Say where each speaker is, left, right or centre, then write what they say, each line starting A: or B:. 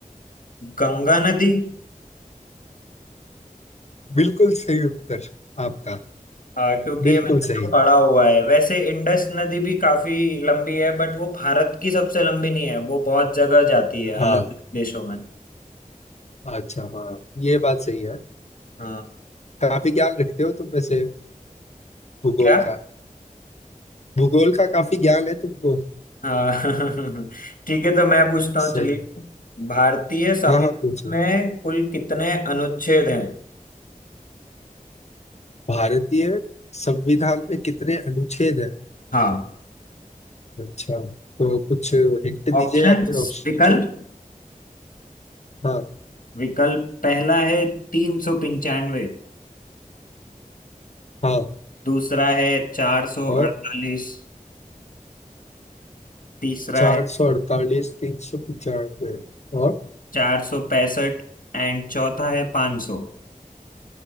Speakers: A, on the left; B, on the left.
A: गंगा नदी
B: बिल्कुल सही उत्तर आपका
A: हाँ क्योंकि
B: बिल्कुल
A: ये मैंने
B: सही
A: तो पढ़ा हुआ है वैसे इंडस नदी भी काफी लंबी है बट वो भारत की सबसे लंबी नहीं है वो बहुत जगह जाती है अलग
B: हाँ
A: अलग देशों में
B: अच्छा हाँ ये बात सही है अ,
A: हाँ
B: काफी ज्ञान रखते हो तुम वैसे अ, भूगोल
A: क्या
B: का भूगोल का काफी ज्ञान है तुमको
A: हाँ <laughs> ठीक है तो मैं पूछता हूँ
B: सही
A: चलिए भारतीय संविधान
B: हाँ हाँ पूछो
A: में कुल कितने अनुच्छेद हैं
B: भारतीय संविधान में कितने अनुच्छेद हैं
A: हाँ
B: अच्छा तो कुछ हिंट दीजिए
A: ऑप्शंस
B: या फिर ऑप्शन
A: विकल्प
B: हाँ
A: विकल्प पहला है तीन सौ पंचानवे
B: हाँ
A: दूसरा है चार सौ
B: और
A: अड़तालीस तीसरा
B: चार
A: है
B: सौ अड़तालीस तीन सौ पचानवे और
A: चार सौ पैंसठ एंड चौथा है पांच सौ